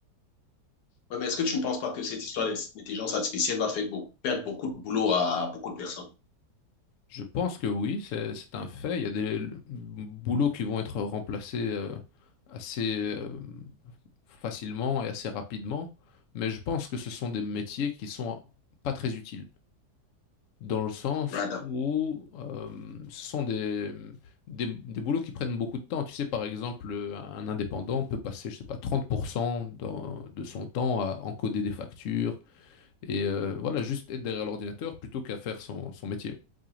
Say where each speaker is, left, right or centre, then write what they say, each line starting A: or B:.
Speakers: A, on the left; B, on the left.
A: Ouais, mais est-ce que tu ne penses pas que cette histoire d'intelligence artificielle va faire beaucoup, perdre beaucoup de boulot à beaucoup de personnes?
B: Je pense que oui, c'est, c'est un fait. Il y a des boulots qui vont être remplacés euh, assez euh, facilement et assez rapidement, mais je pense que ce sont des métiers qui sont pas très utiles. dans le sens
A: Ouais, d'accord.
B: où euh, ce sont des, des, des boulots qui prennent beaucoup de temps. Tu sais, par exemple, un indépendant peut passer, je sais pas, 30% dans- de son temps à encoder des factures et euh, voilà, juste être derrière l'ordinateur plutôt qu'à faire son, son métier.